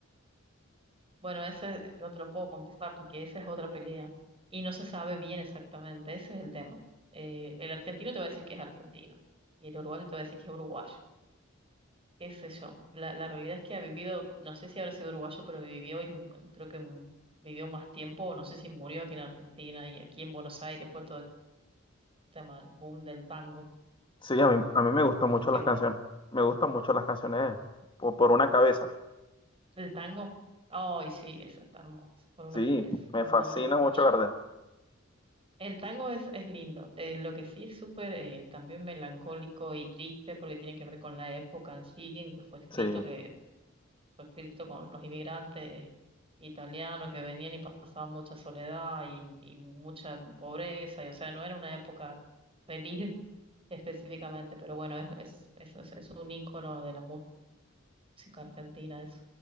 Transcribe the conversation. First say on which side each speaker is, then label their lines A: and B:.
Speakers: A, on the right (about 25°); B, on the left (about 25°).
A: Bueno, ese no te lo puedo contestar porque esa es otra pelea y no se sabe bien exactamente, ese es el tema. Eh, el argentino te va a decir que es argentino y el uruguayo te va a decir que es uruguayo. qué sé yo. La, la realidad es que ha vivido, no sé si habrá sido uruguayo, pero vivió y mu- em, creo que mu- vivió más tiempo, no sé si murió aquí en Argentina y aquí en Buenos Aires fue todo el tema, el boom del tango.
B: Sí, a mí, a mí me gustan
A: Así
B: mucho
A: que
B: las
A: bueno,
B: canciones. Me gustan mucho las canciones de él. Por, por una cabeza.
A: el tango, ay sí, eso está hermoso, por una
B: Sí,
A: cabeza,
B: me
A: un
B: fascina
A: doble potrillo.
B: mucho Gardel.
A: El tango es, es lindo, eh, lo que sí es súper eh, también melancólico y triste porque tiene que ver con la época en sí en que fue escrito,
B: Sí,
A: que fue escrito con los inmigrantes italianos que venían y pasaban mucha soledad y, y mucha pobreza, y o sea, no era una época feliz <laughs> específicamente, pero bueno, es, es, es, es- es un ícono de la música argentina eso.